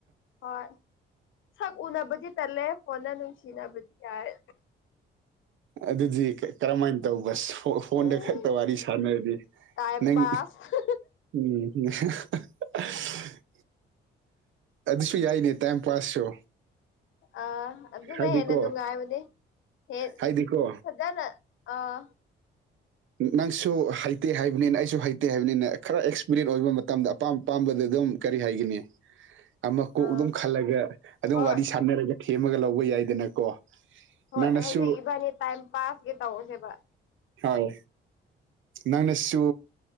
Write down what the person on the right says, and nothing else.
ꯑꯗꯨꯗꯤ ꯀ ꯀ꯭ꯔꯝ ꯃꯥꯏ ꯇꯧꯕ ꯁ ꯐꯣꯟꯗ
ꯈꯛꯇ ꯋꯥꯔꯤ ꯁꯥꯟꯅꯔꯗꯤ
ꯅꯪ
ꯎꯝ <unintelligible> ꯑꯗꯨꯁꯨ ꯌꯥꯏꯅꯦ ꯇꯥꯏꯝ ꯄꯥꯁꯁꯨ
ꯍꯥꯏꯗꯤꯀꯣ
ꯍꯥꯏꯗꯤꯀꯣ
ꯅꯪꯁꯨ ꯍꯩꯇꯦ ꯍꯥꯏꯕꯅꯤꯅ ꯑꯩꯁꯨ ꯍꯩꯇꯦ ꯍꯥꯏꯕꯅꯤꯅ ꯈꯔ ꯑꯦꯛꯁꯄꯤꯔꯤꯟ ꯑꯣꯏꯕ ꯃꯇꯝꯗ ꯑꯄꯥꯝ ꯑꯄꯥꯝꯕꯗ ꯑꯗꯨꯝ ꯀꯔꯤ ꯍꯥꯏꯒꯅꯤ ꯑꯃ ꯀꯣꯛ
ꯑꯗꯨꯝ ꯈꯜꯂꯒ ꯑꯗꯨꯝ
ꯋꯥꯔꯤ ꯁꯥꯟꯅꯔꯒ ꯊꯦꯝꯃꯒ ꯂꯧꯕ ꯌꯥꯏꯗꯅꯀꯣ
ꯅꯪꯅꯁꯨ
ꯍꯣꯏ ꯅꯪꯅꯁꯨ